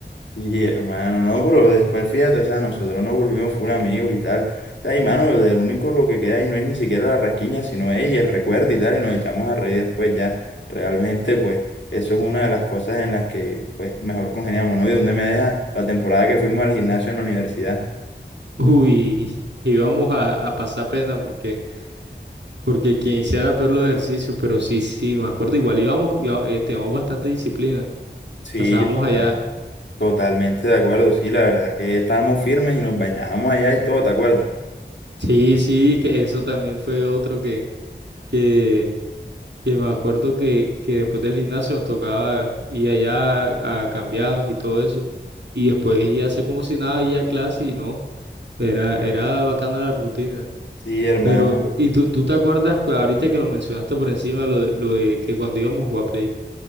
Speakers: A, on the left (about 80°); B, on the right (about 75°).
A: Y hermano, no, pero después fíjate, o sea, nosotros nos volvimos full amigos y tal. O sea, y mano, lo único lo que queda ahí no es ni siquiera la rasquiña, sino ella, el recuerdo y tal, y nos echamos a reír después ya. Realmente, pues, eso es una de las cosas en las que, pues, mejor congeniamos, ¿no? Y dónde me deja la temporada que fuimos al gimnasio en la universidad.
B: Uy, <laughs> íbamos a, a pasar pena porque, porque quien hiciera peor los ejercicios, pero sí, sí, me acuerdo, igual íbamos, iba- eh, teníamos bastante disciplina,
A: Sí,
B: pasábamos
A: total.
B: allá.
A: Totalmente de acuerdo, sí, la verdad es que estábamos firmes y nos bañábamos allá y todo, ¿te acuerdas?
B: Sí, sí, que eso también fue otro que, que, que me acuerdo que, que después del gimnasio nos tocaba ir allá a, cambiarnos y todo eso. Y después ya a hacer como si nada, ir a clase y no, era, era bacana la rutina.
A: Sí, hermano.
B: Pero, ¿y tú, tú te acuerdas cu- ahorita que lo mencionaste por encima, lo, de- lo de que cuando íbamos a jugar Play?